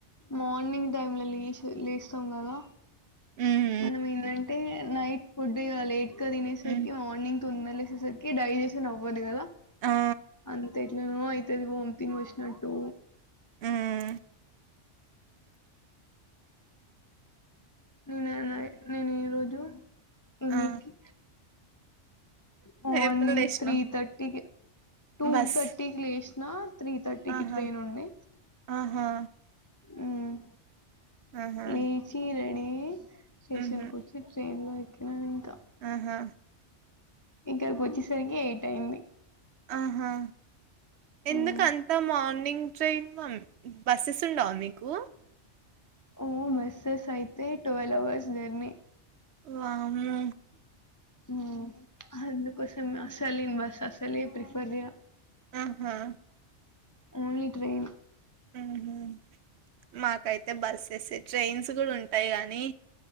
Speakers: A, on the left; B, on the right.
A: మార్నింగ్ టైమ్ లో లేషి లేస్తాం కదా
B: ఉమ్
A: మనం ఏందంటే నైట్ ఫుడ్ ఇగ లేట్గ తినెస్ సరికి
B: ఉమ్,
A: మార్నింగ్ తొందరలేసేసరికి డైజెషన్ అవ్వదు కదా
B: ఆ
A: అంత ఎట్లానో అయితది వొంథింగ్ వచ్చినట్టు
B: ఉమ్
A: నేను నినా నేను ఈ రోజు ఏన్నిటికీ
B: ఆ
A: మార్నింగ్
B: ఎప్పుడు లేసినావ్
A: త్రీ థర్టీకి టూ
B: బస్
A: థర్టీ కి లెష్ నా త్రీ థర్టీకిి
B: ఆహా
A: ట్రైన్ ఉంది
B: ఆహా
A: ఉహ్
B: ఆహా
A: లేచీ రెడీ అయి ఉ స్టేషన్
B: ఉహు
A: కొచ్చి ట్రైన్ లో ఇంక
B: ఆహా
A: ఇకారికి వచ్చిసరికి ఏ టైం
B: ఆహా ఎందుకంతా
A: మ్
B: మార్నింగ్ ట్రైన్ ఉమ్ బస్సెస్ ఉండవు మీకు
A: ఓ మస్సెస్ యితే ట్వెల్వ్ అవర్స్ జర్నీ
B: వామూ
A: ఉమ్ అందు కోసం అసలు బస్ అస ప్రిఫర్
B: ఆహా
A: ఓన్లీ ట్రైన్
B: ఉహు మాకైతే బస్సెస్ ట్రైన్స్ కూడా ఉంటాయి గానీ